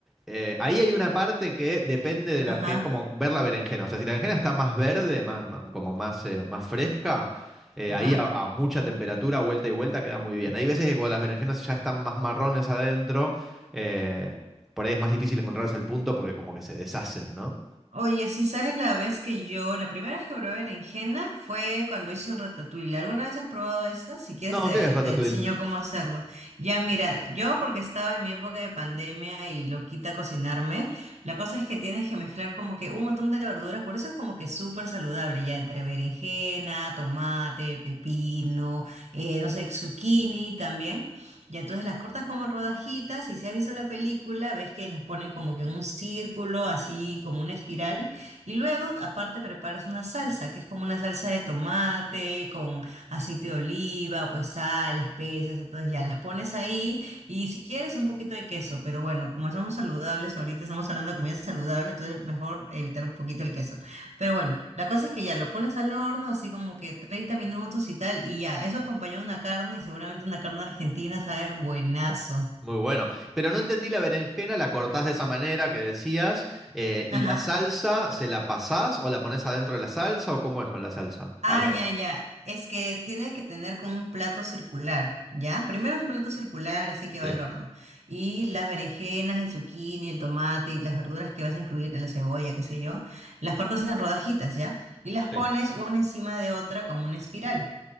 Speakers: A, in the centre; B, on the right.
A: Eh, ahí hay una parte que depende de la,
B: Ajá,
A: que es como ver la berenjena. O sea, si la berenjena está más verde, más, más- como más, eh, más fresca, eh,
B: ajá.
A: ahí a, a mucha temperatura, vuelta y vuelta, queda muy bien. Hay veces que cuando las berenjenas ya están más marrones adentro, eh, por ahí es más difícil encontrarse el punto porque como que se deshacen, ¿no?
B: Oye, si sabes la vez que yo, la primera vez que probé berenjena fue cuando hice un ratatouille. ¿Alguna vez has probado esa? Si quieres
A: No,
B: te,
A: ¿qué es Ratatouille?
B: te enseño cómo hacerlo. Ya mira, yo porque estaba en mi época de pandemia y lo quita cocinarme, la cosa es que tienes que mezclar como que un montón de verduras, por eso es como que súper saludable, ya entre berenjena, tomate, pepino, eh, no sé, zucchini también. Y entonces las cortas como en rodajitas y si has visto la película, ves que las ponen como que en un círculo, así como una espiral. Y luego, aparte, preparas una salsa, que es como una salsa de tomate con aceite de oliva, pues sal, especias. Entonces ya las pones ahí y si quieres un poquito de queso. Pero bueno, como somos saludables, ahorita estamos hablando de comida saludable, entonces mejor evitar un poquito el queso. Pero bueno, la cosa es que ya lo pones al horno, así como que 30 minutos y tal, y ya, eso acompañó una carne y seguramente una carne argentina sabe buenazo.
A: Muy bueno. Pero no entendí la berenjena, la cortás de esa manera que decías, eh, y
B: Ajá.
A: la salsa, ¿se la pasás o la pones adentro de la salsa o cómo es con la salsa?
B: Ah,
A: Al horno.
B: ya, ya. Es que tienes que tener como un plato circular, ¿ya? Primero es un plato circular, así que
A: Sí,
B: va al horno. Y las berenjenas, el zucchini, el tomate y las verduras que vas a incluir, la cebolla, qué sé yo, las cortas en rodajitas, ¿ya? Y las
A: sí.
B: pones una encima de otra como una espiral.